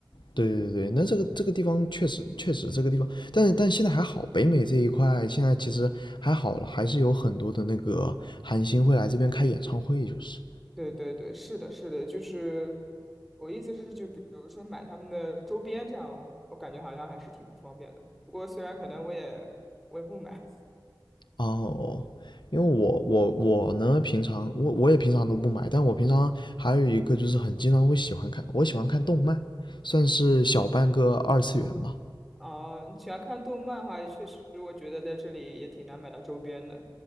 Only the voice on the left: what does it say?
对对对，那这个这个地方确实确实这个地方，但是但现在还好，北美这一块现在其实还好了，还是有很多的那个韩星会来这边开演唱会，就是。
哦，因为我我我呢，平常我我也平常都不买，但我平常还有一个就是很经常会喜欢看，我喜欢看动漫，算是小半个二次元吧。